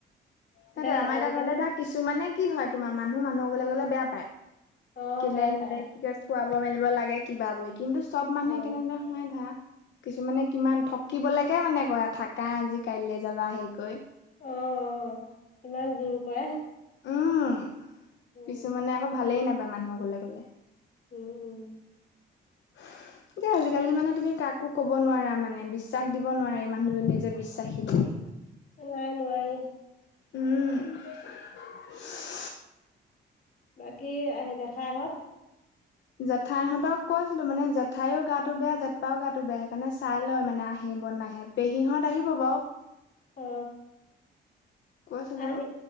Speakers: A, on the left; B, on the left.
A: সেইটোৱে
B: দে
A: আমাৰ
B: আজিকালি
A: এতিয়া ঘৰলে ধৰা কিছুমানে কি হয় তোমাৰ মানুহ মানুহৰ ঘৰলে গ'লে বেয়া পায়।
B: অ',
A: কেলে
B: বেয়া
A: আহিব
B: পায়
A: লাগে কি কয়, খুৱাব মেলিব লাগে কিবা বুলি, কিন্তু চব মানুহে
B: অ'। অ',
A: কেনেদৰে হয় ধা কিছুমানে কিমান ঠকিবলেকে মানে কয়, থাকা আজি কাইলৈ যাবা হেই কৈ।
B: অ অ, ইমান জোৰ কৰে।
A: উম
B: উম,
A: কিছুমানে আকৌ ভালেই নাপায় মানুহক ঘৰলে গলে।
B: উম উম।
A: <unintelligible> এ আজিকালি মানে তুমি কাকো কব নোৱাৰা মানে বিশ্বাস দিব নোৱাৰা এই মানুহজনীয়ে যে বিশ্বাসী বুলি।
B: নাই নোৱোৰি।
A: উম।
B: বাকী আহ জেঠাইহঁত?
A: জেঠাইহঁতক কৈছিলো মানে জেঠাইও গাটো বেয়া, জেঠপাও গাটো বেয়া, সেইকাৰণে চাই লয় মানে আহে ব নাহে। পেহীহঁত আহিব বাৰু।
B: অ অ,
A: কৈছিলো
B: আহি